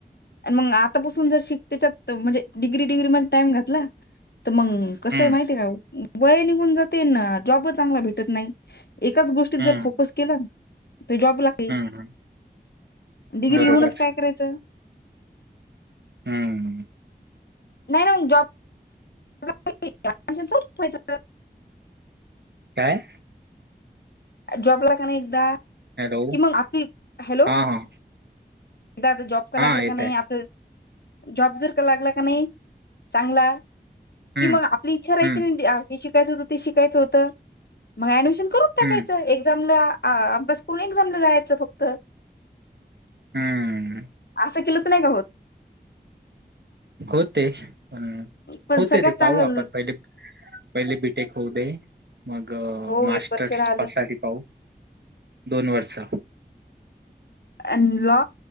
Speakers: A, on the left; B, on the right.
A: आणि मग आतापासून जर शिकतेच्यात म्हणजे डिग्री डिग्री मध्ये टाइम घातला ते मंग
B: हम्म
A: कसं य माहिती आहे काय? वय निघून जाते ना जॉबच चांगला भेटत नाही एकाच गोष्टीत
B: हम्म
A: जर फोकस केलां ते जॉब लागते
B: हम्म हम्म
A: डिग्री
B: बरोबर
A: हूनच काय करायचं?
B: हम्म
A: नाही ना जॉ <unintelligible>
B: काय?
A: जॉब ला कनाही एकदा
B: हॅलो
A: कि मग आपी हॅलो
B: हा हा
A: दादा जॉब का
B: हा
A: लागला का
B: येत
A: नाही
B: आहे
A: आपल जॉब जर का लागला का नाही चांगला कि
B: हम्म
A: मग आपली इच्छा राहिती
B: हम्म
A: ना ती हे शी कायचं होतं ते शिकायचं होतं मग ऍडमिशन करून टाकायच
B: हम्म
A: एक्झामला आं अभ्यास पुढं एक्झामला जायाचं फक्त
B: हम्म
A: असं केलं त नाही का होत?
B: होते पण
A: पण
B: होते
A: सगळ्यात
B: रे
A: चांगलं
B: पाहू आपण पहिले पहिले बी टेक होऊ दे मग
A: हो
B: मास्टर्स
A: एक वर्ष राहिलं
B: साठी पाहू दोन वर्ष
A: आन लॉ